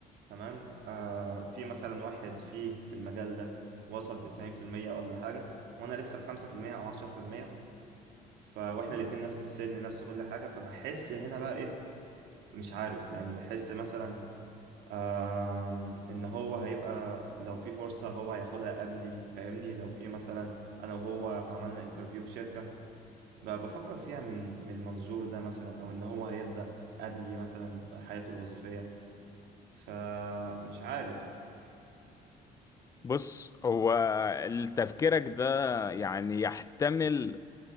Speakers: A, on the right; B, on the left.
A: تمام آه في مثلا واحد فيه في المجال ده وصل 90% ولا حاجة وانا لسه في 5% او 10% ف واحنا الاتنين نفس السن نفس كل حاجة فبحس هنا بقى ايه مش عارف يعني بحس مثلا آم، ان هو هيبقى لو في فرصة هو هياخدها قبلي فاهمني لو في مثلا انا وهو عملنا انترفيو في شركة ب- بفكر فيها من من منظور ده مثلا او ان هو هيبدأ قبلي مثلا حياته الوظيفية فمش عارف
B: بص هو تفكيرك ده يعني يحتمل